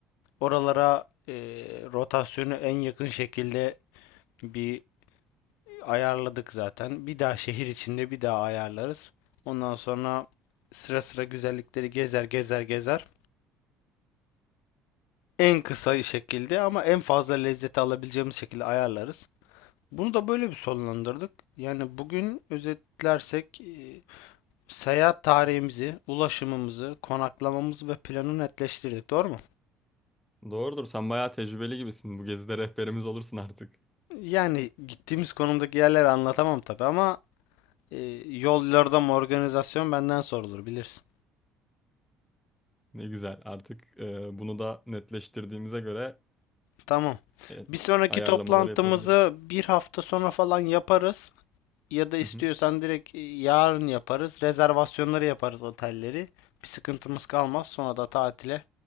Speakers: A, on the left; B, in the centre.
A: Oralara e, rotasyonu en yakın şekilde bir ayarladık zaten. Bir daha şehir içinde bir daha ayarlarız. Ondan sonra sıra sıra güzellikleri gezer gezer gezer. En kısa şekilde ama en fazla lezzeti alabileceğimiz şekilde ayarlarız. Bunu da böyle bir sonlandırdık. Yani bugün özetlersek e, seyahat tarihimizi, ulaşımımızı, konaklamamızı ve planı netleştirdik. Doğru mu?
B: Doğrudur. Sen bayağı tecrübeli gibisin. Bu gezide rehberimiz olursun artık.
A: Yani gittiğimiz konumdaki yerleri anlatamam tabii ama Ee, yol yordam organizasyon benden sorulur bilirsin.
B: Ne güzel. Artık e, bunu da netleştirdiğimize göre
A: Tamam.
B: e,
A: Bir sonraki
B: ayarlamaları
A: toplantımızı
B: yapabiliriz.
A: bir hafta sonra falan yaparız. Ya da istiyorsan
B: Hı hı.
A: direkt e, yarın yaparız. Rezervasyonları yaparız otelleri. Bir sıkıntımız kalmaz. Sonra da tatile